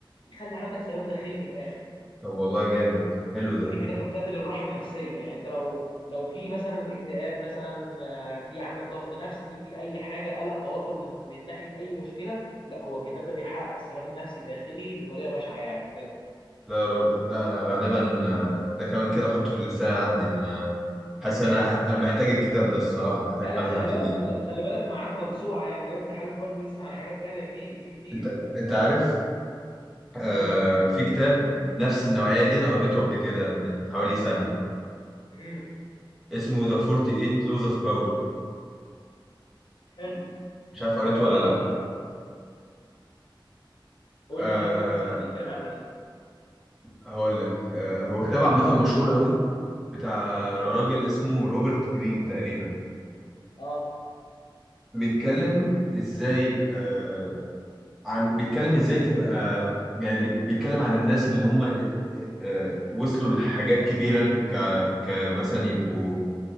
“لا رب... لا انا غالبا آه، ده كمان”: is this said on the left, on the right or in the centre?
Centre